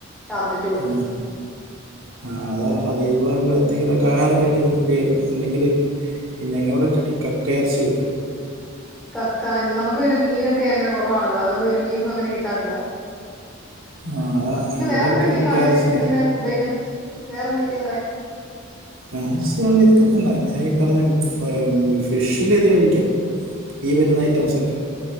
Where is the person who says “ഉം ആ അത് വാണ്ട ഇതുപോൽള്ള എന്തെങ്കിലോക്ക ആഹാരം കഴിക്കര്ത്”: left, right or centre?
Right